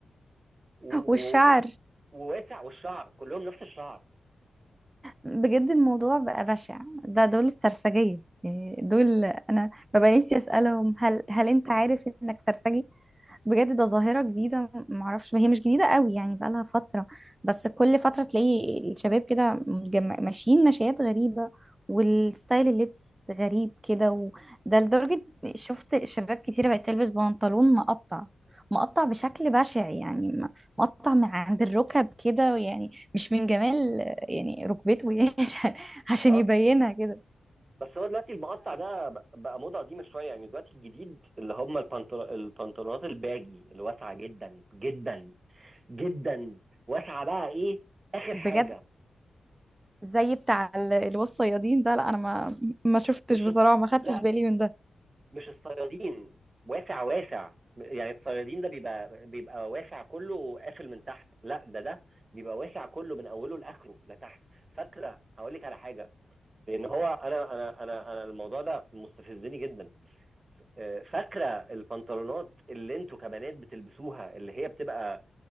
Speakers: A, on the right (about 40°); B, on the right (about 25°).
A: و- و-
B: والشعر
A: و- وواسع والشعر كلهم نفس الشعر
B: بجد الموضوع بقى بشع ده دول السرسجية يعني دول انا ببقى نفسي اسالهم هل هل انت عارف انك سرسجي بجد ده ظاهرة جديدة معرفش هي مش جديدة قوي يعني بقالها فترة بس كل فترة تلاقي الشباب كده متجم- ماشيين مشيات غريبة والستايل اللبس غريب كده وده لدرجة شفت شباب كتيرة بقت تلبس بنطلون مقطع مقطع بشكل بشع يعني م- مقطع من عند الركب كده يعني مش من جمال يعني ركبته يعني <laughs> عشان عشان
A: آه،
B: يبينها كده
A: بس هو دلوقتي المقطع ده بق- بقى موضة قديمة شوية يعني دلوقتي الجديد اللي هم البنطر... البنطلونات الباجي اللي واسعة جدا جدا جدا واسعة بقى ايه آخر
B: فبجد
A: حاجة
B: زي بتاع ال- اللي هو الصيادين ده لا انا ما ما شفتش
A: مش
B: بصراحه ما خدتش
A: لا
B: بالي من ده
A: مش الصيادين واسع واسع يعني الصيادين ده بيبقى بيبقى واسع كله وقافل من تحت لا ده ده بيبقى واسع كله من اوله لاخره لتحت فاكره هقول لك على حاجه لان هو انا انا انا انا الموضوع ده مستفزني جدا آه، فاكره البنطلونات اللي انتوا كبنات بتلبسوها اللي هي بتبقى